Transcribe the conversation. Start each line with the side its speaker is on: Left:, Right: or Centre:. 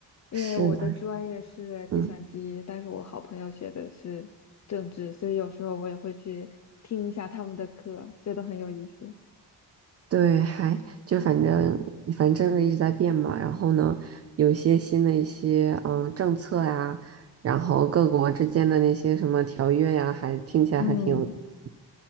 Left: 因为我的专业是计算机，
Right: 是的，嗯。
Left: 但是我好朋友学的是政治，所以有时候我也会去听一下他们的课，觉得很有意思。
Right: 对，还就反正反正政策一直在变嘛，然后呢，有一些新的一些嗯、呃政策呀，然后各国之间的那些什么条约呀，还听起来还挺有意思
Left: 嗯。